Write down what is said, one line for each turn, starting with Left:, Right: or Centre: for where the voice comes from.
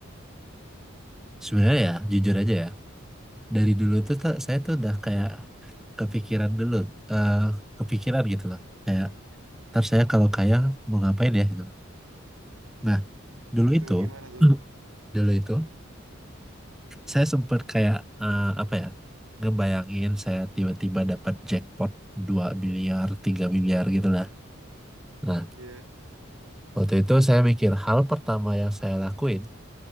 Centre: Sebenarnya ya, jujur aja ya. Dari dulu tuh, tuh saya tuh udah kayak kepikiran dulu, eh kepikiran gitu loh. Kayak ntar saya kalau kaya mau ngapain ya gitu. Nah,
Right: Hmm,
Centre: dulu
Right: tuh
Centre: itu,
Right: gimana tuh?
Centre: <clears throat> dulu itu saya sempat kayak eh, apa ya, ngebayangin saya tiba-tiba dapat jackpot 2 miliar, 3 miliar gitu lah. Nah,
Right: ya
Centre: waktu itu saya mikir hal pertama yang saya lakuin